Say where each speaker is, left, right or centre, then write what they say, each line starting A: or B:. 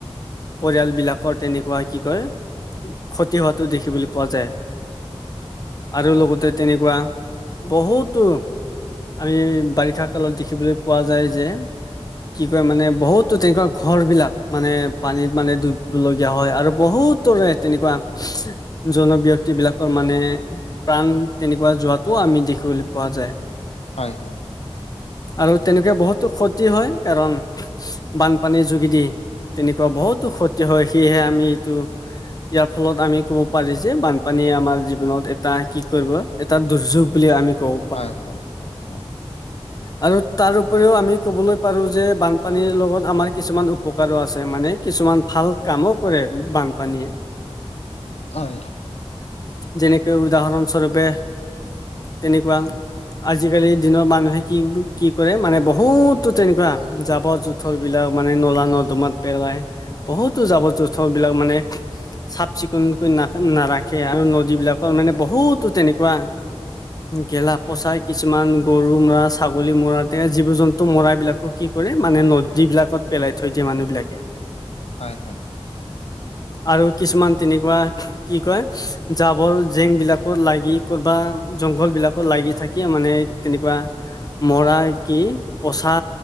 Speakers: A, on the left; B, on the left.
A: পৰিয়াল বিলাকৰ তেনেকুৱা কি কয় ক্ষতি হোৱাতো দেখিবলৈ পোৱা যায়। আৰু লগতে তেনেকুৱা বহুতো আমি বাৰিষা কালত দেখিবলৈ পোৱা যায় যে কি কয় মানে বহুতো তেনেকুৱা ঘৰবিলাক মানে পানীত মানে ডুবিব লগীয়া হয় আৰু বহুত ৰে তেনেকুৱা জন ব্যক্তি বিলাকৰ মানে <unintelligible> প্ৰাণ তেনেকুৱা যোৱাটো আমি দেখিবলৈ পোৱা যায়
B: হয় হয়।
A: আৰু তেনেকে বহুতো ক্ষতি হয় কাৰণ বানপানীৰ যোগেদি তেনেকুৱা বহুতো ক্ষতি হয় সেয়েহে আমি এইটো ইয়াৰ ফলত আমি ক'ব পাৰি যে বানপানীয়ে আমাৰ জীৱনত এটা কি কৰিব এটা দুৰ্যোগ বুলি আমি কওঁ।
B: হয় হয় হয়।
A: আৰু তাৰ উপৰিও আমি ক'বলৈ পাৰো যে বানপানীৰ লগত আমাৰ কিছুমান উপকাৰো আছে মানে কিছুমান ভাল কামো কৰে বানপানীয়ে
B: হয়।
A: যেনেকৈ উদাহৰণ স্বৰূপে তেনেকুৱা আজিকালি দিনৰ মানুহে কি কি কৰে মানে বহুতো তেনেকুৱা জাবৰ জোথৰ বিলাক মানে নলা নৰ্দমাত পেলাই বহুতো জাবৰ জোথৰ বিলাক মানে চাফ চিকুণকৈ নাৰাখে আৰু নদীবিলাকৰ মানে বহুতো তেনেকুৱা গেলা পচাই কিছুমান গৰু মৰা ছাগলী মৰা তে জীৱ জন্তু মৰাবিলাকো কি কৰে মানে নদী যিবিলাকত পেলাই থৈ দিয়ে মানুহবিলাকে
B: হয় হয়।
A: আৰু কিছুমান তেনেকুৱা কি কয় জাবৰ জেং বিলাকত লাগি কৰবা জংঘল বিলাকো লাগি থাকি মানে তেনেকুৱা মৰা কি পচা